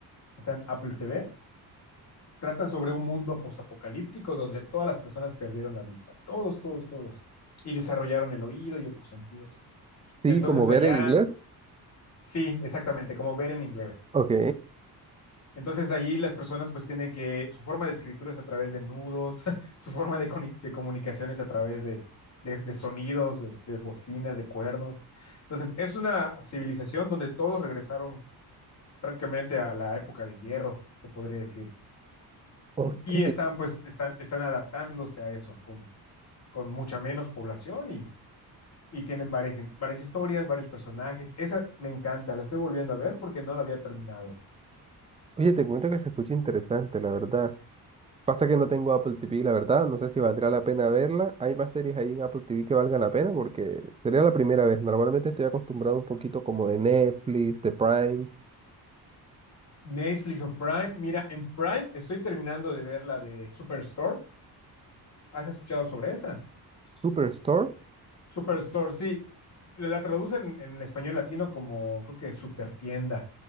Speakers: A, on the left (about 40°); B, on the right (about 15°).
A: está en Apple TV. Trata sobre un mundo posapocalíptico donde todas las personas perdieron la vista. Todos, todos, todos. Y desarrollaron el oído y otros sentidos.
B: Sí,
A: Entonces
B: como ver
A: allá,
B: en inglés.
A: sí, exactamente, como ver en inglés.
B: Ok.
A: Entonces allí las personas pues tienen que, su forma de escritura es a través de nudos, <laughs> su forma de, coni- de comunicación es a través de, de- de sonidos, de, de bocinas, de cuernos. Entonces es una civilización donde todos regresaron prácticamente a la época de hierro, se podría decir.
B: Ok,
A: Y están pues, están, están adaptándose a eso con, con mucha menos población y, y tienen varias, varias historias, varios personajes. Esa me encanta, la estoy volviendo a ver porque no la había terminado.
B: Oye, te cuento que se escucha interesante, la verdad. Pasa que no tengo Apple TV, la verdad. No sé si valdrá la pena verla. Hay más series ahí en Apple TV que valgan la pena porque sería la primera vez. Normalmente estoy acostumbrado un poquito como de Netflix, de Prime,
A: Netflix o Prime. Mira, en Prime estoy terminando de ver la de Superstore. ¿Has escuchado sobre esa?
B: Superstore.
A: Superstore, sí. s- La traducen en, en español latino como, creo que Supertienda.